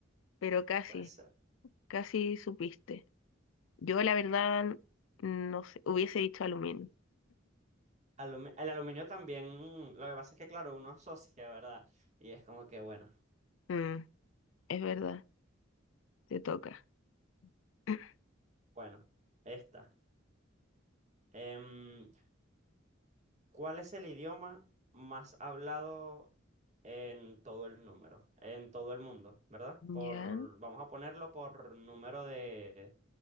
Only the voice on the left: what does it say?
pero casi,
casi supiste. Yo la verdad, no sé, hubiese dicho aluminio.
Mm, es verdad, te toca. <laughs>
Ya,